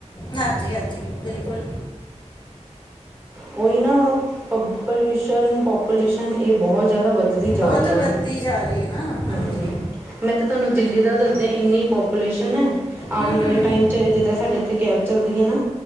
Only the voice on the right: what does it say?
ਉਹੀ ਨਾ ਪ ਪੌਲੀਊਸ਼ਨ ਪੋਪੂਲੇਸ਼ਨ ਏ ਬਹੁਤ ਜ਼ਿਆਦਾ ਵੱਧਦੀ ਜਾ
ਰਹੀ ਐ।
ਹੂੰ
ਮੈਂ ਤਾਂ ਤੁਹਾਨੂੰ ਦਿੱਲੀ ਦਾ ਦੱਸਦੇ ਇੰਨੀ ਪੋਪੂਲੇਸ਼ਨ ਐ। ਆਣ
ਵਾਲੇ
ਟਾਈਮ ਚ ਜਿੱਦਾਂ ਸਾਡੇ ਇੱਥੇ ਕੈਬ ਚੱਲਦੀ ਐ ਨਾ